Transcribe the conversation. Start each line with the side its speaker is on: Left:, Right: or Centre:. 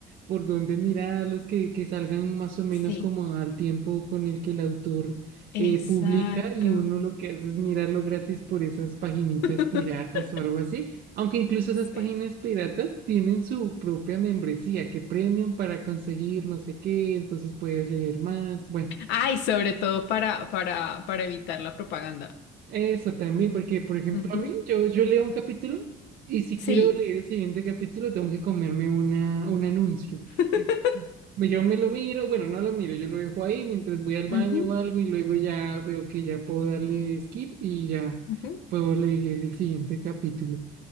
Right: por dónde mirarlos, que, que salgan más o menos
Left: Sí,
Right: como al tiempo con el que el autor
Left: exacto.
Right: eh, publica y uno lo que hace es mirarlo gratis por esas paginitas
Left: <laughs>
Right: piratas o algo así. Aunque incluso esas
Left: Sí.
Right: páginas piratas tienen su propia membresía, que premium para conseguir no sé qué, entonces puedes leer más. Bueno,
Left: Ay, sobre todo para, para, para evitar la propaganda.
Right: eso también, porque por ejemplo
Left: Ujú.
Right: a mí, yo, yo leo un capítulo y si
Left: Sí.
Right: quiero leer el siguiente capítulo tengo que comerme una, un anuncio.
Left: <laughs>
Right: Entonces, me- Yo me lo miro, bueno, no lo miro, yo lo dejo ahí mientras voy al baño
Left: Ujú,
Right: o algo y luego ya veo que ya puedo darle skip y ya
Left: ujú.
Right: puedo leer el siguiente capítulo.